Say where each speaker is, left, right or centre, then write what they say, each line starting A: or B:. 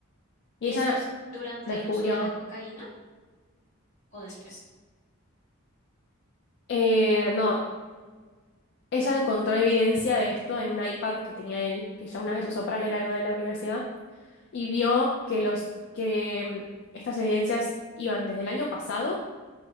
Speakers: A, on the left (about 50°); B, on the left (about 35°).
A: Y
B: ¿Y
A: ella
B: esto es durante
A: lo
B: el
A: descubrió.
B: uso de la cocaína o después?
A: Eh, no. Ella encontró evidencia de esto en un iPad que tenía él, que ya una vez usó para leer algo de la universidad, y vio que los que mm, estas evidencias iban desde el año pasado,